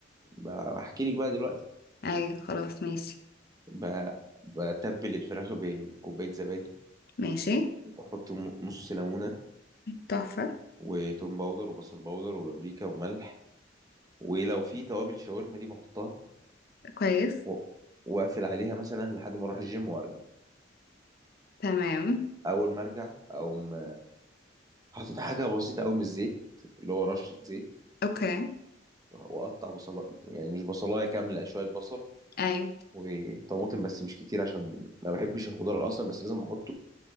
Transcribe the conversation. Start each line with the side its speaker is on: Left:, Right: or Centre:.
Right: بحكي لك بقى دلوقتي
Left: ايوه خلاص ماشي
Right: ب- بتبل الفراخ بكوباية زبادي
Left: ماشي
Right: واحط م- نص ليمونه
Left: تحفه
Right: وتوم باودر وبصل باودر وبابريكا وملح ولو في توابل الشاورما دي بحطها
Left: كويس
Right: و- واقفل عليها مثلا لحد ما اروح الجيم وارجع
Left: تمام
Right: اول ما ارجع اقوم حاطط حاجه بسيطه قوي من الزيت اللي هو رشه زيت
Left: اوكي
Right: واقطع بصلايه يعني مش بصلايه كامله شويه بصل
Left: ايوه
Right: وطماطم بس مش كتير عشان ما بحبش الخضار اصلا بس لازم احطه